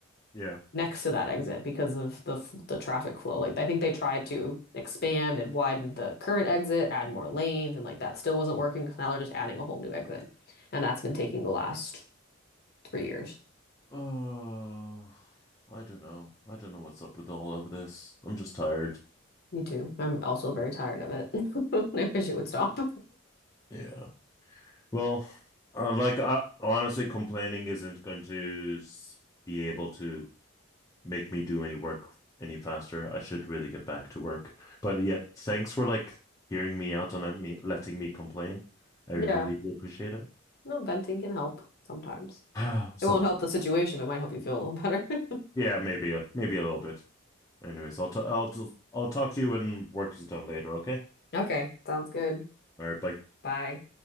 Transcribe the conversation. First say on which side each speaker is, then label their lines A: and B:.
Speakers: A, on the left (about 15°); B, on the left (about 50°).
A: yeah.
B: next to that exit because of the f- the traffic flow. Like I think they tried to expand and widen the current exit, add more lanes, and like that still wasn't working. So now they're just adding a whole new exit. And that's been taking the last three years.
A: Oh, I don't know. I don't know what's up with all of this. I'm just tired.
B: Me too. I'm also very tired of it. <laughs> I wish it would stop.
A: Yeah. Well, uh, like uh, honestly, complaining isn't going to s- be able to make me do any work any faster. I should really get back to work. But yeah, thanks for like hearing me out and let me letting me complain. I
B: Yeah.
A: really do appreciate it.
B: No, venting can help sometimes.
A: <sighs> Sometime.
B: It won't help the situation, but it might help you feel a little better. <laughs>
A: Yeah, maybe a maybe a little bit. Anyways, I'll t I'll just I'll talk to you when work is done later, okay?
B: Okay, sounds good.
A: All right, bye.
B: Bye.